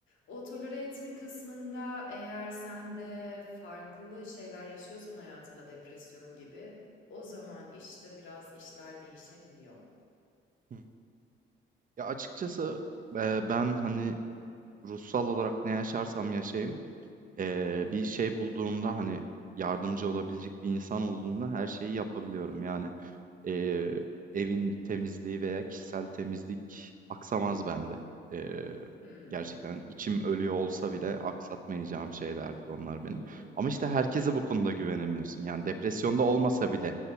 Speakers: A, on the left; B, on the right.
A: O tolere etme kısmında eğer sen de farklı şeyler yaşıyorsan hayatında depresyon gibi o zaman işte biraz işler değişebiliyor.
B: Hı. Ya açıkçası eee, ben hani ruhsal olarak ne yaşarsam yaşayayım eee, bir şey bulduğumda hani yardımcı olabilecek bir insan olduğunda her şeyi yapabiliyorum. Yani eee, evin temizliği veya kişisel temizlik aksamaz bende. Eee,
A: Hımm.
B: gerçekten içim ölüyor olsa bile aksatmayacağım şeylerdir onlar benim.
A: Hımm.
B: Ama işte herkese bu konuda güvenemiyorsun. Yani depresyonda olmasa bile